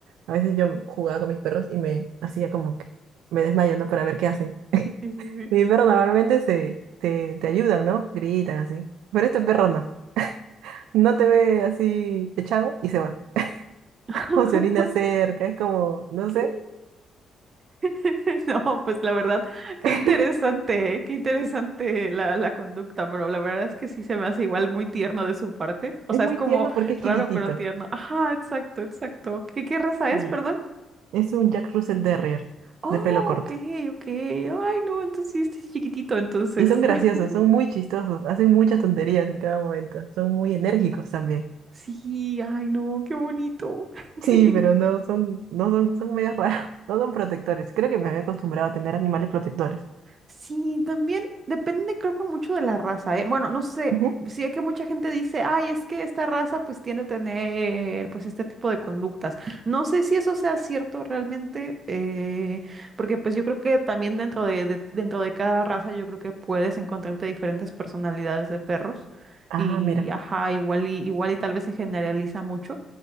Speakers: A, on the right; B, on the right.
A: A veces yo jugaba con mis perros y me hacía como que me desmayo, ¿no? Para ver qué hacen.
B: Sí, sí, sí.
A: Mi perro normalmente se, te, te ayudan, ¿no? Gritan así. Pero este perro no. No te ve así echado y se va.
B: <laughs>
A: <laughs> O se orina cerca. Es como, no
B: ¿Qué?
A: sé.
B: <laughs> No, pues la verdad, qué
A: <laughs>
B: interesante, ¿eh? Qué interesante la, la conducta, pero la verdad es que sí se me hace igual muy tierno de su parte. O
A: Es
B: sea,
A: muy
B: es como
A: tierno porque es
B: raro
A: chiquitito.
B: pero tierno. Ajá, exacto, exacto. ¿Qué, qué raza
A: Sí.
B: es, perdón?
A: Es un Jack Russell Terrier
B: Oh,
A: de pelo corto.
B: ok, ok. Ay, no, entonces sí, este sí es chiquitito, entonces.
A: Y son graciosos,
B: <laughs>
A: son muy chistosos, hacen muchas tonterías en cada momento, son muy enérgicos también.
B: Sí, ay, no, qué bonito. <laughs>
A: Sí, pero no son, no son, son medio raros, <laughs> no son protectores. Creo que me había acostumbrado a tener animales protectores.
B: Sí, también depende, creo que mucho de la raza, ¿eh? Bueno, no sé,
A: Ujú.
B: sí que mucha gente dice, ay, es que esta raza pues tiende a tener pues este tipo de conductas. No sé si eso sea cierto realmente, eh, porque pues yo creo que también dentro de, de- dentro de cada raza yo creo que puedes encontrarte diferentes personalidades de perros
A: Ah,
B: y,
A: mira.
B: ajá, igual y, igual y tal vez se generaliza mucho,